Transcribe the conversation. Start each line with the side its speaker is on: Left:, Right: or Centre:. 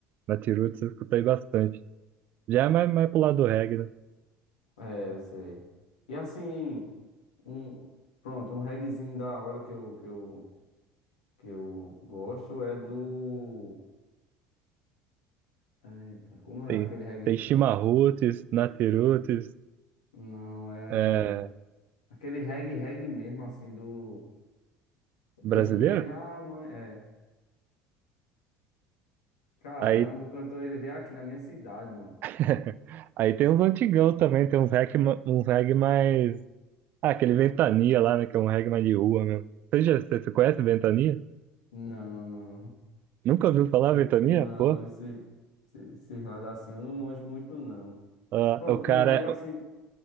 Right: Natiruts eu escutei bastante. Já é mais, mais pro lado do reggae, né?
Left: É, eu sei. E assim, um, pronto, um reggaezinho da hora que eu, que eu, que eu gosto é do. Eita, como é
Right: Tem,
Left: aquele reggae?
Right: tem Chimarruts, Natiruts,
Left: Não, é.
Right: é,
Left: Aquele reggae, reggae mesmo, assim, do. Vem
Right: brasileiro.
Left: me regar, mãe. É. Caramba,
Right: Aí,
Left: o cantor ele veio aqui na minha cidade, mano.
Right: <laughs> aí tem uns antigão também, tem uns reggae, ma- uns reggae mais... Ah, aquele Ventania lá, né? Que é um reggae mais de rua mesmo. Você, já, você, você conhece Ventania?
Left: Não, não.
Right: Nunca ouviu falar
Left: Esse-
Right: Ventania?
Left: não,
Right: Pô,
Left: esse. Esse, esse lado assim eu não manjo muito, não.
Right: ah,
Left: Pronto,
Right: o cara,
Left: do reggae assim.